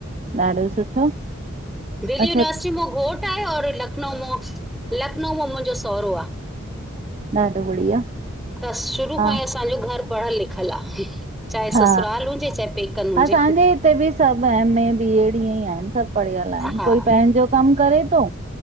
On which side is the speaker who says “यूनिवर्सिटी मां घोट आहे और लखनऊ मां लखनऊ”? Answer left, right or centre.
Centre